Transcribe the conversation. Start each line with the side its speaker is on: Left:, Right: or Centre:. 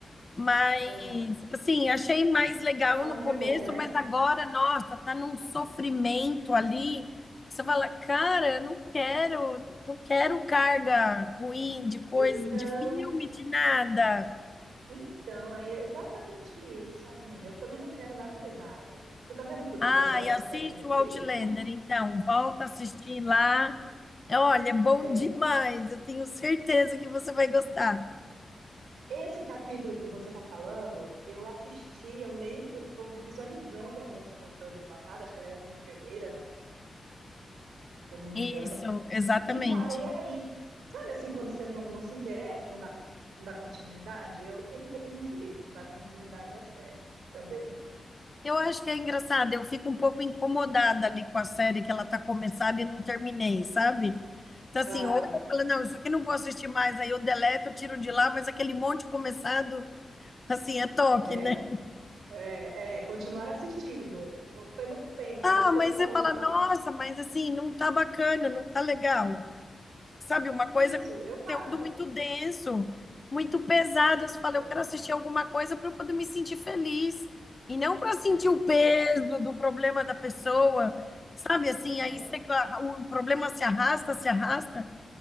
Left: Mas,
Right: Ah,
Left: assim, achei mais legal
Right: falam
Left: no
Right: que
Left: começo,
Right: é bom, né?
Left: mas agora, nossa, tá num sofrimento ali. Você fala, cara, eu não quero, não quero carga ruim de coisa,
Right: Então,
Left: de filme, de nada.
Right: então, é exatamente isso, amiga. Eu também não quero nada pesado. Você tá vendo por
Left: Ah,
Right: que que eu volto
Left: e assiste
Right: pro Sex and the City?
Left: o Outlander, então, volta a assistir lá. É, Olha, é bom
Right: É,
Left: demais, eu tenho certeza que você vai gostar.
Right: esse capítulo que você tá falando, eu assisti, eu lembro, tô visualizando a moça voltando no passado, acho que ela era uma enfermeira, né? Se eu não me
Left: Isso,
Right: engano,
Left: exatamente.
Right: e parei aí. Sabe assim, quando você não, não se interessa, e não dá, não dá continuidade? Eu tenho feito muito isso, não dá continuidade a séries também.
Left: Eu acho que é engraçado, eu fico um pouco incomodada ali com a série que ela tá começada e não terminei, sabe? Então, assim,
Right: Tá,
Left: hoje eu falo, não, isso aqui eu não vou assistir mais, aí eu deleto, eu tiro de lá, mas aquele monte começado, assim, é toque,
Right: é.
Left: né?
Right: É, é, continuar assistindo. Você não tem, né?
Left: Ah,
Right: Eu tenho
Left: mas
Right: um
Left: você
Right: monte
Left: fala,
Right: lá.
Left: nossa, mas assim, não tá bacana, não tá legal. sabe, uma coisa
Right: Isso,
Left: com
Right: eu
Left: conteúdo
Right: paro.
Left: muito denso, muito pesado. Eu falei,
Right: Eu
Left: eu quero
Right: paro.
Left: assistir alguma coisa para eu poder me sentir feliz e não para sentir
Right: É,
Left: o peso do problema da pessoa, sabe? Assim,
Right: é,
Left: aí você- ah, o problema se arrasta, se arrasta.